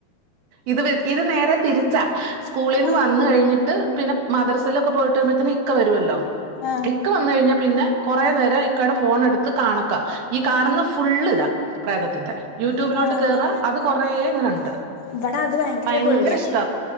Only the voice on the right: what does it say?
ഇത് വെ ഇത് നേരെ തിരിച്ചാ സ്കൂളിന്ന്
വന്നു കഴിഞ്ഞിട്ട് പിന്നെ മദ്രസയിലൊക്കെ പോയിട്ടരുമ്പത്തിന് ഇക്ക വരുവല്ലോ
ഇക്ക വന്ന് കഴിഞ്ഞാൽ പിന്നെ കൊറേ നേരം ഇക്കാടെ ഫോണെടുത്ത് കാണുക ഈ കാണുന്ന
ഫുൾ ഇതാ പ്രേതത്തിന്റെ യൂട്യൂബിലോട്ട്
അത് കൊറേങ്ങനെ ഉണ്ട്
ഭയങ്കര
ഇ ഇഷ്ട